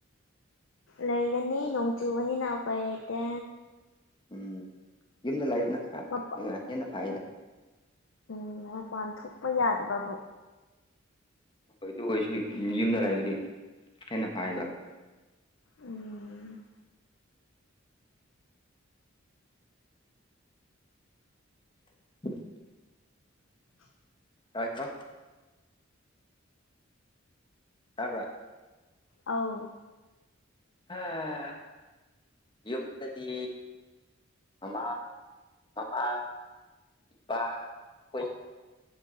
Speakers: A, on the left; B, on the left.
A: ꯂꯩꯒꯅꯤ ꯅꯣꯡ ꯆꯨꯕꯅꯤꯅ ꯎꯄꯥꯏ ꯂꯩꯇꯦ
B: ꯎꯝ ꯌꯨꯝꯗ ꯂꯥꯏꯕꯅ ꯈꯔ
A: ꯃꯄꯥ
B: ꯐꯩ ꯍꯦꯟꯅ ꯐꯩꯌꯦꯗ
A: ꯎꯝ ꯃꯄꯥꯟ ꯊꯣꯛꯄ ꯌꯥꯗꯕꯕꯨ
B: ꯍꯣꯏ ꯑꯗꯨꯏꯁꯨ ꯌꯨꯝꯗ ꯂꯩꯕꯗꯤ ꯍꯦꯟꯅꯥ ꯐꯩꯕ꯫
A: ꯎꯝ
B: <unintelligible>
A: <inaudible>
B: ꯇꯥꯏ ꯇꯣ ꯇꯥꯕꯔꯥ
A: ꯑꯥꯎ
B: ꯑ ꯌꯨꯝꯗꯗꯤ ꯃꯃꯥ ꯃꯃꯥ꯫ ꯏꯄꯥ ꯈꯣꯏ